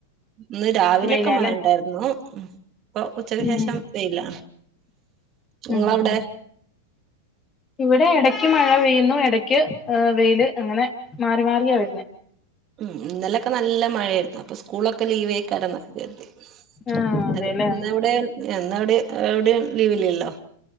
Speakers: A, on the right (about 35°); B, on the left (about 25°).
A: ഇന്ന് രാവിലൊക്ക
B: വെയിലാല്ലേ
A: മഴണ്ടാര്ന്നു. ഇപ്പ ഉച്ചക്ക്ശേഷം
B: ഉം
A: വെയില. ഇങ്ങളവ്ടെ?
B: ഉം ഉം ഇവിടെ എടക്ക് മഴ പെയ്യുന്നു എടക്ക് ഏഹ് വെയില് അങ്ങനെ മാറി മാറിയാ വര്ന്നെ.
A: ഉം ഇന്നലെക്കെ നല്ല മഴയാര്ന്നു. അപ്പ സ്കൂളൊക്ക ലീവേക്കാരെന്നക്ക കര്തി.
B: ആഹ്
A: <unintelligible>
B: അതെല്ലേ
A: ഇന്ന് എവിടെണ് എന്ന അവിടെ എവിടെയും ലീവില്ലല്ലോ?